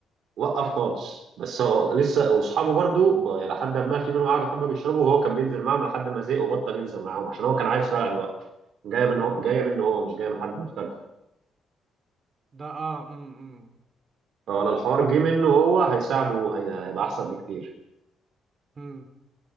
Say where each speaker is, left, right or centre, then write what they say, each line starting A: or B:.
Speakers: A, on the right; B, on the right.
A: وقف
B: امم
A: خالص بس هو لسه واصحابه برضه ب- لحد ما في منهم قعدوا حبه بيشربوا وهو كان بينزل معاهم لحد ما زهق وبطل ينزل معاهم عشان هو كان عايز
B: ايوه
A: فعلا يوقف جايه منه
B: امم
A: جايه منه هو مش جايه من حد مختلف
B: ده اه امم
A: فولا الحوار
B: طب
A: جه منه هو هيساعده هي- هيبقى احسن بكتير
B: امم